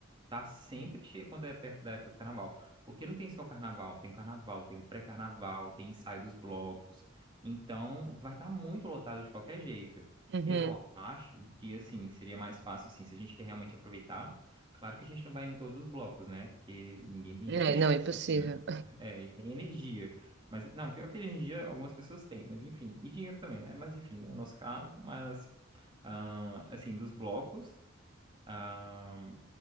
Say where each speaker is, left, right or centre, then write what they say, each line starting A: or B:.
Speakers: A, on the right (about 25°); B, on the right (about 55°).
A: tá sempre cheio quando é perto da época do carnaval. Porque não tem só o carnaval, tem o carnaval, tem o pré-carnaval, tem ensaio dos blocos. Então, vai estar muito lotado de qualquer jeito.
B: Uhum.
A: Eu acho que, assim, seria mais fácil, assim, se a gente quer realmente aproveitar. Claro que a gente não vai em todos os blocos, né? Porque ninguém tem
B: É,
A: dinheiro
B: não,
A: para
B: é impossível.
A: isso, né? É, e nem energia. Mas, não, pior que energia, algumas pessoas têm, mas enfim. E dinheiro também, né? Mas enfim, não é o nosso caso, mas. Ah, assim, dos blocos, ah,